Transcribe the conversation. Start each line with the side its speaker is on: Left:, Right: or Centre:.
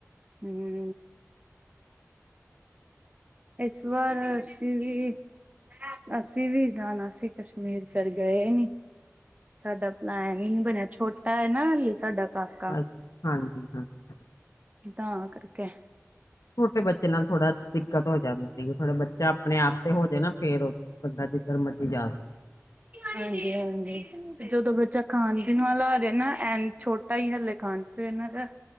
Right: ਹਮ ਇਸ ਵਾਰ ਅਸੀ ਵੀ ਅਸੀਂ ਵੀ ਜਾਣਾ ਸੀ ਕਸ਼ਮੀਰ ਫਿਰ ਗਏ ਨੀ ਸਾਡਾ ਪਲੈਨ ਹੀ ਨਹੀਂ ਬਣਿਆ ਛੋਟਾ ਹੈ ਨਾ ਸਾਡਾ ਕਾਕਾ
Left: ਅੱ ਹਾਂਜੀ ਹਾਂਜੀ
Right: ਤਾਂ ਕਰਕੇ
Left: ਛੋਟੇ ਬੱਚੇ ਨਾਲ ਥੋੜਾ ਦਿੱਕਤ ਹੋ ਜਾਂਦੀ ਹੈ ਥੋੜੇ ਬੱਚਾ ਆਪਣੇ ਆਪ ਤੇ ਹੋ ਜਾੇ ਨਾ ਫੇਰ ਬੰਦਾ ਜਿੱਧਰ ਮਰਜ਼ੀ ਜਾ ਸਕਦਾ।
Right: ਹਾਂਜੀ ਹਾਂਜੀ ਜਦੋਂ ਬੱਚਾ ਖਾਣ-ਪੀਣ ਵਾਲ ਆ ਜਏ ਨਾ, ਐਨ ਛੋਟਾ ਹੀ ਹਲੇ ਖਾਣ ਫਿਰ ਇਹਨਾਂ ਦਾ।